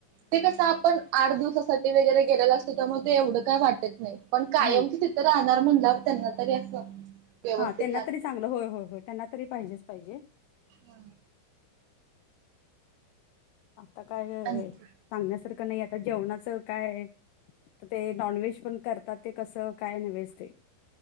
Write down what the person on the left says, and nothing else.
हा
हा त्यांना
तरी चांगलं होय होय होय त्यांना तरी पाहिजेच पाहिजे
आता काय
सांगण्यासारखं नाही आता जेवणाचं काय तर ते नॉनव्हेज पण करतात ते कसं काय नव्हेच ते